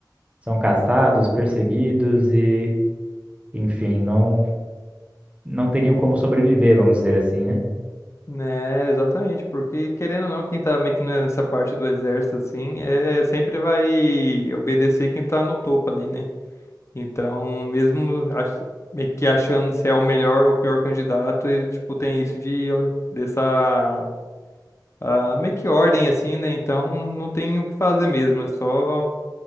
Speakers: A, on the right; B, on the left.
A: são caçados, perseguidos e, enfim, não, não teriam como sobreviver, vamos dizer assim, né?
B: Né, exatamente, porque querendo ou não, quem tá meio que nessa parte do exército, assim, é sempre vai obedecer quem tá no topo ali, né? Então, mesmo ach- meio que achando se é o melhor ou o pior candidato, e, tipo, tem isso de dessa ah, meio que ordem, assim, né? Então, não tem o que fazer mesmo, é só,